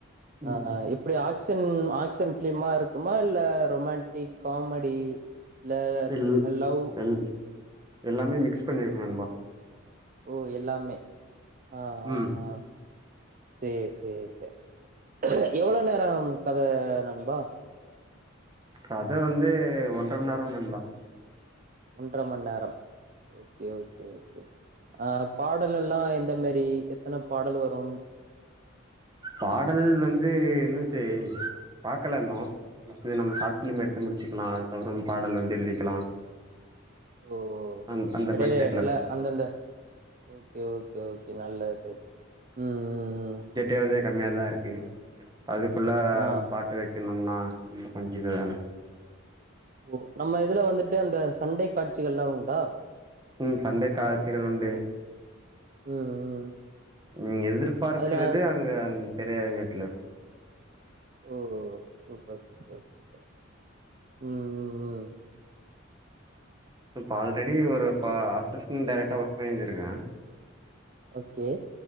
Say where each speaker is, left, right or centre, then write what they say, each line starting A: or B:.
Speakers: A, on the right (about 20°); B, on the right (about 40°).
A: ம்
B: நா நா எப்டி ஆ ஆக்சன் ஆக்சன் பிலிமா இருக்குமா இல்ல ரொமாட்டிக் காமெடி இல்ல
A: இல்
B: லவ்
A: அல் எல்லாமே மிக்ஸ் பண்ணிருக்னு நண்பா
B: ஓ எல்லாமே ஆ ஆ
A: ம்
B: ஆ சேரி சேரி சேரி எவ்ளோ நேரம் கத நண்பா
A: கத வந்து ஒன்றர மணி நேரம் நண்பா
B: ஒன்ற மணி நேரம் ஓகே ஓகே ஓகே அ பாடல் எல்லா எந்த மாரி எத்தன பாடல் வரும்
A: பாடல் வந்து என்னச்செய் பாக்கல இன்னு இது நம்ம சாட் பிலிம் எடுத்து முடிச்சுக்லா அதுக்கப்றோ பாடல் வந்து பாடல் வந்து எழுதிக்கலா
B: ஓ
A: அந் அந்த
B: எடையில
A: மைண்ட் செட்ல
B: எடையில
A: இருக்கோ
B: அந்தந்த ஓகே ஓகே ஓகே நல்லது உம்
A: இருக்குறதே கம்மியாதா இருக்கு அதுக்குள்ள
B: ஆ
A: பாட்டு வக்கணும்னா நல்ல சேஞ்சது தான
B: ஓ நம்ம இதுல வந்துட்டு அந்த சண்டை காட்சிகலா உண்டா
A: உம் சண்டை
B: நம்ம
A: காட்சிகள்
B: ஃபிலிம்ல
A: உண்டு
B: ம் ம்
A: உ எதிர்பார்க்குறது
B: அதுல
A: அங்க அ திரையரங்கத்ல
B: ஓ ஓ சூப்பர் சூப்பர் சப்பர் உம்
A: இப்ப ஆல்ரெடி ஒரு இப்ப அசிஸ்டன்ட டைரக்டர் பண்ணிதிருக்க
B: ஓகே